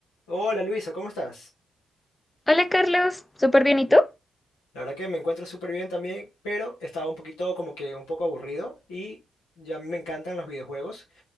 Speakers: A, on the left (about 85°); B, on the left (about 20°).
A: Hola Luisa, ¿cómo estás?
B: Hola Carlos, súper bien, ¿y tú?
A: La verdad que me encuentro súper bien también, pero estaba un poquito como que un poco aburrido y ya a mí me encantan los videojuegos.